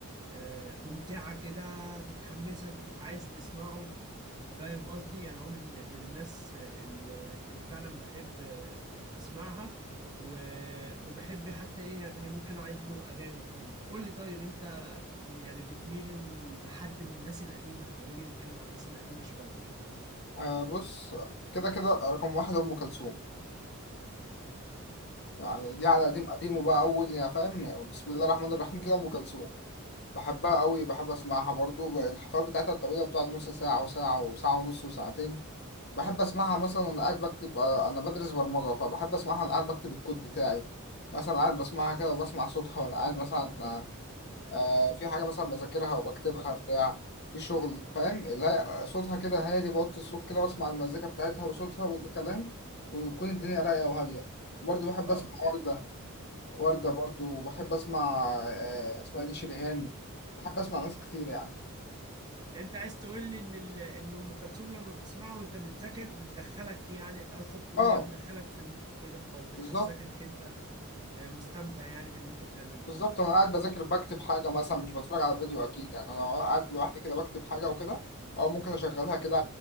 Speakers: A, on the right; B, on the left.
A: آه، ممتعة كده بتحمسك بتبقى عايز تسمعه فاهم قصدي يعني هو من من الناس اللي اللي فعلا بحب اسمعها و- وبحب حتى ايه يعني ممكن اعيد له اغاني كتير قول لي طيب انت يعني بتميل لحد من الناس القديمه لو نيجي نتكلم عن الناس القديمه شويه
B: آه بص كده كده رقم واحد ام كلثوم يعني دي على قديم
A: م-
B: قديم
A: م-
B: وبقى اول يا فاهم بسم الله الرحمن الرحيم كده ام كلثوم بحبها قوي بحب اسمعها برضو الحفلات بتاعتها الطويلة بتقعد نص ساعة وساعة وساعة ونص وساعتين بحب اسمعها مثلا وانا قاعد بكتب آه، انا بدرس برمجه فبحب اسمعها وانا قاعد بكتب الكود بتاعي مثلا قاعد بسمعها كده وبسمع صوتها وانا قاعد مثلا آه، آه، في حاجه مثلا بذاكرها وبكتبها بتاع في شغل فاهم لا صوتها كده هادي بوطي الصوت كده واسمع المزيكا بتاعتها وصوتها والكلام ويكون الدنيا رايقه وهاديه برضه بحب
A: اه
B: اسمع
A: لا
B: ورده ورده
A: م.
B: برضه وبحب اسمع آه، اسمها دي شريهان بحب اسمع ناس كتير يعني
A: انت عايز تقول لي ان ال- ان ام كلثوم لما بتسمعها وانت بتذاكر بتدخلك يعني قصدك تقول
B: اه
A: لي بتدخلك في المود كده او بتحسسك
B: بالظبط
A: انك انت آه، مستمتع يعني باللي انت بتعمله
B: بالظبط انا قاعد بذاكر بكتب حاجه مثلا مش بتفرج على فيديو اكيد يعني انا قاعد لوحدي كده بكتب حاجه وكده او ممكن اشغلها كده